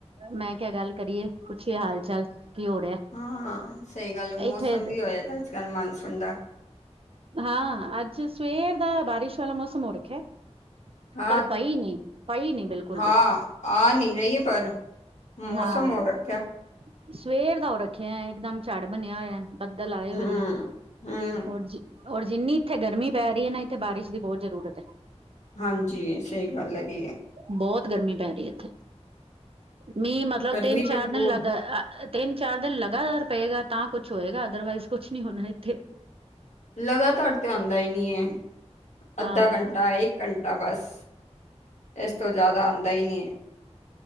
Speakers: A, on the right; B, on the left.
A: ਮੈਂ ਕਿਆ ਗੱਲ ਕਰੀਏ, ਪੁੱਛੀਏ ਹਾਲ-ਚਾਲ ਕੀ ਹੋ ਰਿਹਾ।
B: ਹਾਂ, ਸਹੀ ਗੱਲ ਮੌਸਮ
A: ਇੱਥੇ
B: ਵੀ ਹੋਆ ਦਾ ਅੱਜ-ਕੱਲ੍ਹ ਮਾਨਸੂਨ ਦਾ।
A: ਹਾਂ, ਅੱਜ ਸਵੇਰ ਦਾ ਬਾਰਿਸ਼ ਵਾਲਾ ਮੌਸਮ ਹੋ ਰੱਖਿਆ।
B: ਹਾਂ
A: ਪਰ ਪਈ ਨੀ, ਪਈ ਨੀ ਬਿਲਕੁਲ
B: ਹਾਂ
A: ਵੀ।
B: ਆ ਨਹੀਂ ਰਹੀ ਏ ਪਰ। ਮੌਸਮ
A: ਹਾਂ।
B: ਹੋ ਰੱਖਿਆ
A: ਸਵੇਰ ਦਾ ਹੋ ਰੱਖਿਆ ਇਕਦਮ ਝਾੜ ਬਣਿਆ ਹੋਇਆ। ਬੱਦਲ ਆਏ ਹੋਏ
B: ਹਮ
A: ਨੇ,
B: ਹਮ
A: ਹੋਰ ਜੀ। ਹੋਰ ਜਿੰਨੀ ਇੱਥੇ ਗਰਮੀ ਪੈ ਰਹੀ ਐ ਨਾ, ਇੱਥੇ ਬਾਰਿਸ਼ ਦੀ ਬਹੁਤ ਜ਼ਰੂਰਤ ਐ।
B: ਹਾਂਜੀ, ਸਹੀ ਗੱਲ ਹੈਗੀ ਐਂ।
A: ਬਹੁਤ ਗਰਮੀ ਪੈ ਰਹੀ ਇੱਥੇ, ਮੀਂਹ ਮਤਲਬ
B: ਗਰਮੀ
A: ਤਿੰਨ-ਚਾਰ
B: ਤੇ ਬਹੁਤ
A: ਦਿਨ ਲੱਗ ਅ ਤਿੰਨ-ਚਾਰ ਦਿਨ ਲਗਾਤਾਰ ਪਏਗਾ ਤਾਂ ਕੁੱਛ ਹੋਏਗਾ ਅਦਰਵਾਈਜ਼ ਕੁਛ ਨੀ ਹੋਣਾ ਇੱਥੇ।
B: ਲਗਾਤਾਰ ਤੇ ਆਂਦਾ ਹੀ ਨੀ ਏ, ਅੱਧਾ
A: ਹਾਂ
B: ਘੰਟਾ ਇੱਕ ਘੰਟਾ ਬਸ, ਇਸ ਤੋਂ ਜ਼ਿਆਦਾ ਆਂਦਾ ਇ ਨੀ ਐ।